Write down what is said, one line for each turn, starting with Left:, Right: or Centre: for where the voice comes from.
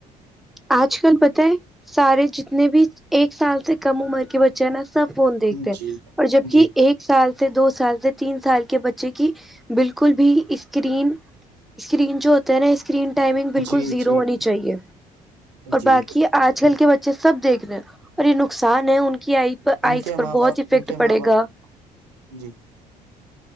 Centre: آج کل پت ہے سارے جتنے بھی ایک سال سے کم عمر کے بچے نا ا فون دیکھ رہ ہیں
Right: جی
Centre: اور جبک
Right: جی
Centre: ایک سال سے دو سال سے تین سال کے بچے کی بالکل بھی اسکرین اسکرین جو ہوتا ہے نا اسکرین ٹائمنگ بالکل
Right: جی
Centre: زیرو
Right: جی
Centre: ہونی چاہیے اور باقی
Right: جی
Centre: آج کل کے بچے اچھا سب دیکھنے اور یہ نقصان ہے ان کی آئز
Right: ان کے
Centre: پر
Right: ماں
Centre: بہت
Right: باپ
Centre: افیکٹ
Right: ان کے
Centre: پڑے
Right: ماں باپ
Centre: گا
Right: جی